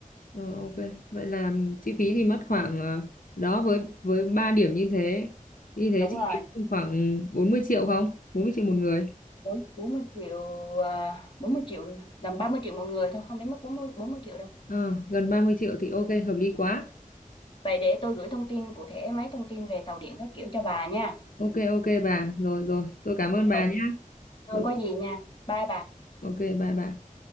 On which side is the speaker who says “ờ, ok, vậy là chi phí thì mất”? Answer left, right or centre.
Left